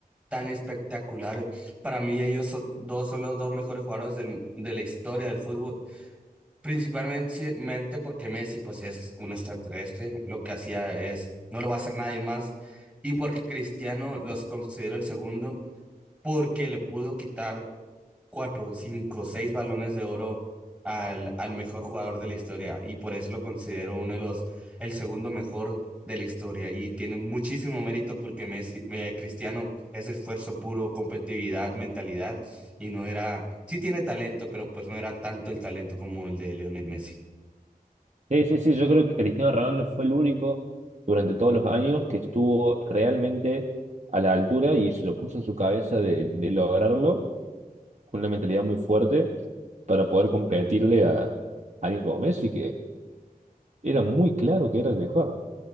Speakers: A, in the centre; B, on the right.
A: tan espectacular. Para mí, ellos son- dos son los dos mejores jugadores del- de la historia del fútbol. Principalmente mente porque Messi, pues, es un extraterrestre. Lo que hacía es, no lo va a hacer nadie más. Y porque Cristiano los considero el segundo, porque le pudo quitar cuatro, cinco, seis balones de oro al, al mejor jugador de la historia y por eso lo considero uno de los, el segundo mejor de la historia y tiene muchísimo mérito porque Messi, eh, Cristiano es esfuerzo puro, competitividad, mentalidad y no era, sí tiene talento, pero pues no era tanto el talento como el de Lionel Messi.
B: Sí, sí, sí, yo creo que Cristiano Ronaldo fue el único durante todos los años que estuvo realmente a la altura y se lo puso en su cabeza de, de lograrlo con una mentalidad muy fuerte para poder competirle a alguien como Messi, que era muy claro que era el mejor.